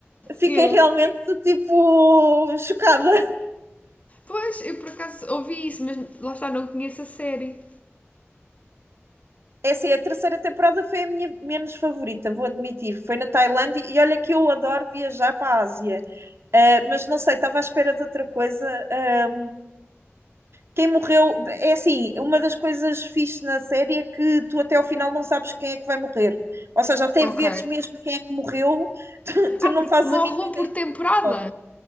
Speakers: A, on the right; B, on the left.
A: fiquei
B: Yeah.
A: realmente tipo chocada.
B: Pois, eu por acaso ouvi isso, mas lá está, não conheço a série.
A: É assim, a terceira temporada foi a minha menos favorita, vou admitir. Foi na Tailândia e olha que eu adoro viajar para a Ásia. Ah, mas não sei, estava à espera de outra coisa. Ah, quem morreu. É assim, uma das coisas fixe na série é que tu até ao final não sabes quem é que vai morrer. Ou seja, até
B: Ok.
A: veres mesmo quem é que morreu, <laughs> tu, tu
B: Ah,
A: não
B: porque
A: fazes a
B: morre
A: mínima
B: um por
A: ideia de
B: temporada?
A: quem é que morreu.